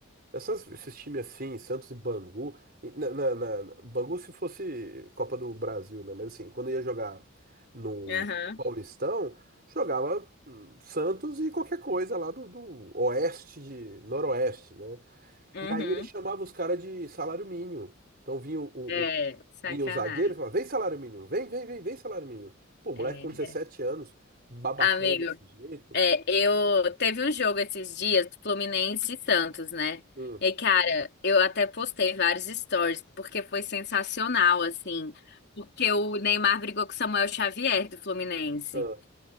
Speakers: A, on the right (about 45°); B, on the left (about 50°).
A: essas- esses times assim, Santos e Bangu, e na, na- na- Bangu se fosse Copa do Brasil, né? Mas assim, quando ia jogar no
B: Aham,
A: Paulistão, jogava hum, Santos e qualquer coisa lá do, do oeste de noroeste, né?
B: uhum.
A: E aí ele chamava os caras de salário mínimo. Então vinha o, o-
B: É,
A: o-
B: sacanagem.
A: vinha o zagueiro e falava, vem salário mínimo, vem, vem, vem, vem salário mínimo. Pô,
B: É,
A: moleque com 17
B: né?
A: anos, babacão
B: Amigo,
A: desse jeito.
B: é, eu teve um jogo esses dias, Fluminense e Santos, né?
A: Hum,
B: E, cara, eu até postei vários stories, porque foi sensacional, assim. Porque o Neymar brigou com o Samuel Xavier do Fluminense.
A: ah,